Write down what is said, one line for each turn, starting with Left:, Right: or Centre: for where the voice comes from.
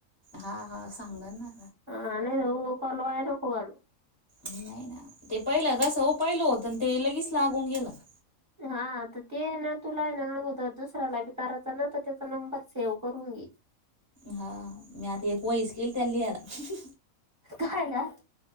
Left: हा हा सांग ना.
Right: हा नाही तर कॉल वाया नको घालवू
Left: नाही ना पहिलं कसं हो पहिलं होत ते लगेच लागून गेलं.
Right: हा तर ते आहे ना तुला आहे ना अगोदर दुसऱ्याला बी करायचं ना तर त्याचा नंबर सेव्ह करून. घे
Left: हा मी आता एक वही केल त्याला लिहायला.
Right: काय ना?